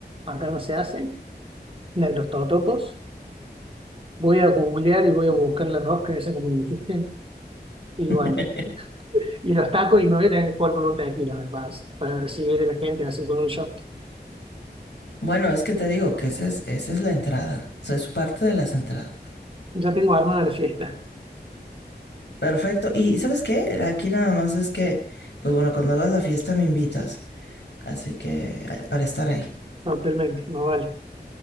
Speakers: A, on the right; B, on the left.
A: acá no se hace, la de los totopos. Voy a googlear y voy a buscar la rosca esa que me dijiste. Y
B: <laughs>
A: bueno, y los tacos y me voy a tener que jugar con un tequila, me parece, para recibir a la gente así con un shot.
B: Bueno, es que te digo que esa es, esa es la entrada. O sea, es parte de las entradas.
A: Ya tengo armada la fiesta,
B: Perfecto. ¿Y sabes qué? Aquí nada más es que, pues bueno, cuando hagas la fiesta me invitas. Así que, ay, para estar ahí.
A: actualmente, no vale.